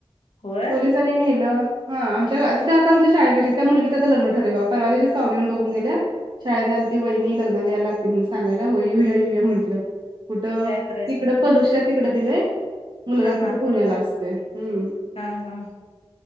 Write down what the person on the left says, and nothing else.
होय
काय करायच
सांगा
हा
हा
पलूस
हा हा.